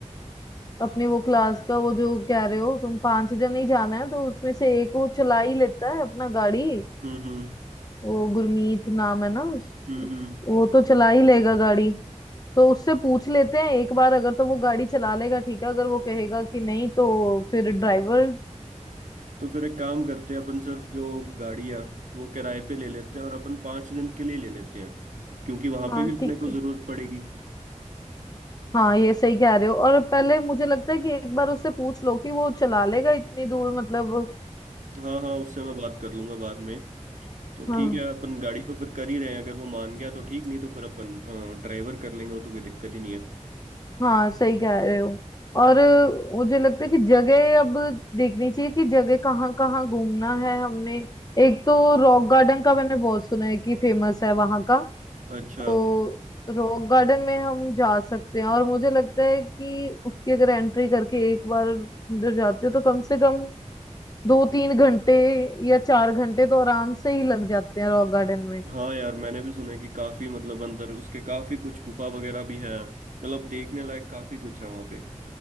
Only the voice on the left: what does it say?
अपने वो क्लास का वो जो कह रहे हो तुम पांच जन ही जाना है तो उसमें से एक वो चला ही लेता है अपना गाड़ी
वो गुरमीत नाम है ना उस
वो तो चला ही लेगा गाड़ी तो उससे पूछ लेते हैं एक बार अगर तो वो गाड़ी चला लेगा ठीक है अगर वो कहेगा कि नहीं तो फिर ड्राइवर
हाँ
ठीक
है
हाँ ये सही कह रहे हो और पहले मुझे लगता है कि एक बार उससे पूछ लो कि वो चला लेगा इतनी दूर मतलब
हाँ
हाँ सही कह रहे हो और मुझे लगता है कि जगह अब देखनी चाहिए कि जगह कहाँ कहाँ घूमना है हमने एक तो रॉक गार्डन का मैंने बहुत सुना है कि फेमस है वहाँ का
तो रॉक गार्डन में हम जा सकते हैं और मुझे लगता है कि उसकी अगर एंट्री करके एक बार अंदर जाते हो तो कम से कम दो तीन घंटे या चार घंटे तो आराम से ही लग जाते हैं रॉक गार्डन में